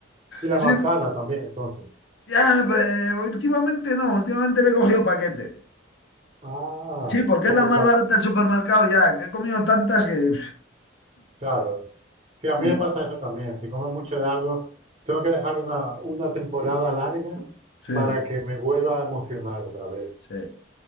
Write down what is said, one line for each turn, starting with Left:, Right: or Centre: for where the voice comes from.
Right: Y la
Left: Sí,
Right: manzana también, entonces.
Left: ya, pues, últimamente no, últimamente le he cogido paquete.
Right: Ah,
Left: Sí, porque
Right: por
Left: es la
Right: el
Left: más
Right: sa-
Left: barata del supermercado ya, que he comido tantas que...
Right: Claro. Sí, a
Left: <laughs>
Right: mí me pasa eso también. Si como mucho de algo, tengo que dejar una, una temporada larga
Left: Sí,
Right: para que me vuelva a emocionar otra vez.
Left: sí.